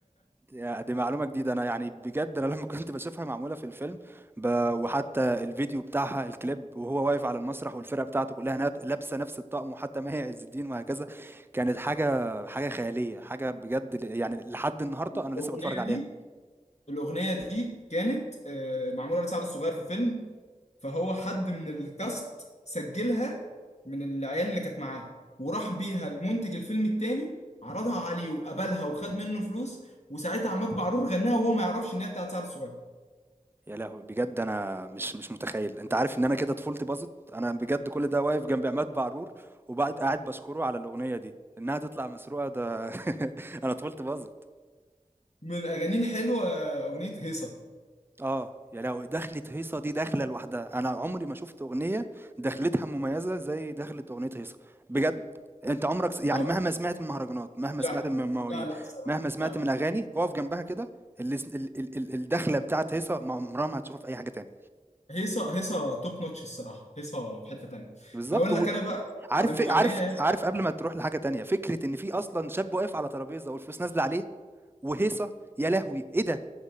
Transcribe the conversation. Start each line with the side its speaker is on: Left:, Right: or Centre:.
Right: يا دي معلومة جديدة أنا يعني بجد أنا <laughs> لما كنت بشوفها معمولة في الفيلم ب... وحتى الفيديو بتاعها الكليب وهو واقف على المسرح والفرقة بتاعته كلها ناب- لابسة نفس الطقم وحتى ماهي عز الدين وهكذا كانت حاجة حاجة خيالية حاجة بجد ل- يعني لحد النهاردة
Left: الاغنيه
Right: أنا لسه بتفرج عليها
Left: دي الاغنيه دي كانت آه، معموله لسعد الصغير في فيلم فهو حد من الكاست سجلها من العيال اللي كانت معاه وراح بيها المنتج الفيلم التاني عرضها عليه وقبلها وخد منه فلوس وساعتها عماد بعرور غناها وهو ما يعرفش ان هي بتاعت سعد الصغير
Right: يا لهوي بجد أنا مش مش متخيل أنت عارف إن أنا كده طفولتي باظت أنا بجد كل ده واقف جنب عماد بعرور وبعد قاعد بشكره على الأغنية دي إنها تطلع مسروقة ده <laughs> أنا طفولتي باظت
Left: من الاغاني الحلوه آه، اغنيه هيصه
Right: آه، يا لهوي دخلة هيصة دي دخلة لوحدها، أنا عمري ما شُفت أغنية دخلتها مميزة زي دخلة أغنية هيصة، بجد أنت عمرك س يعني
Left: طب
Right: مهما سمعت من مهرجانات، مهما
Left: لا
Right: سمعت من مواويل،
Left: لا لا الصراحه
Right: مهما سمعت
Left: لا
Right: من أغاني، أقف جنبها كده اللي س ال ال ال الدخلة بتاعة هيصة ما عمرها ما هتشوفها في أي حاجة تاني،
Left: هيصه هيصه توب نوتش الصراحه هيصه في حته تانيه
Right: بالضبط
Left: هقول
Right: و
Left: لك انا بقى
Right: عارف
Left: على مغنيه
Right: ف عارف عارف قبل ما تروح لحاجة تانية، فكرة إن في أصلًا شاب واقف على ترابيزة والفلوس نازلة عليه وهيصة، يا لهوي! إيه ده،